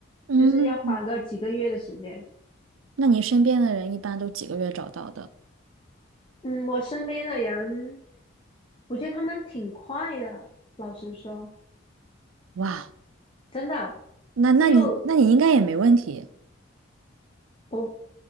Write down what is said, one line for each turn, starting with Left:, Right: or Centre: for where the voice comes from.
Right: 嗯，
Left: 就是要花个几个月的时间。
Right: 那你身边的人一般都几个月找到的？
Left: 嗯，我身边的人，我觉得他们挺快的，老实说，
Right: 哇，
Left: 真的。
Right: 那那你那你应该也没问题。
Left: 就我